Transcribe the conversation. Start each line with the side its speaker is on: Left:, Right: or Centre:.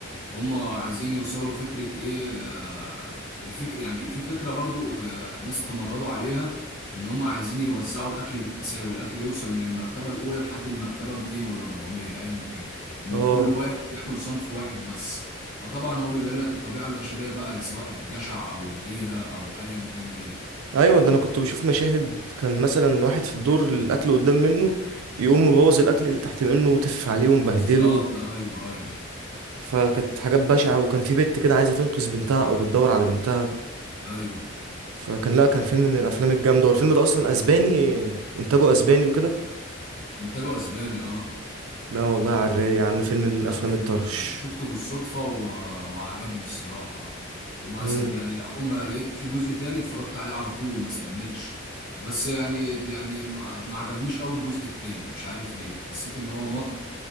Left: هم عايزين يوصلوا لفكرة ايه آه، الفكر يعني في فكرة برضو آه، ناس تمردوا عليها ان هم عايزين يوزعوا الاكل بالتساوي الاكل يوصل من المرتبة الاولى لحد المرتبة 200 ولا 400 ايا كان ان
Right: اه
Left: كل واحد ياكل صنف واحد بس فطبعا هو بيبين لك الطبيعة البشرية بقى سواء الجشع او الغيرة او ايا كان ايه
Right: ايوه ده انا كنت بشوف مشاهد كان مثلا واحد في الدور الاكل قدام منه يقوم مبوظ الاكل اللي تحت منه وتفف عليه ومبهدله
Left: بالظبط ايوه ايوه
Right: فكانت حاجات بشعة وكان في بنت كده عايزة تنقذ بنتها أو بتدور على بنتها
Left: ايوه
Right: فكان لا كان فيلم من الأفلام الجامدة والفيلم ده أصلا أسباني إنتاجه أسباني وكده
Left: انتاجه اسباني اه
Right: لا والله على الرايق يا عم فيلم من
Left: لا
Right: الأفلام
Left: فيلم
Right: الطرش
Left: آه، شفته بالصدفة و... وعجبني الصراحة وما
Right: مم.
Left: صد يعني أول ما لقيت في جزء تاني اتفرجت عليه على طول ما استنيتش بس يعني يعني ما ما عجبنيش قوي الجزء التاني مش عارف ليه حسيت ان هو مط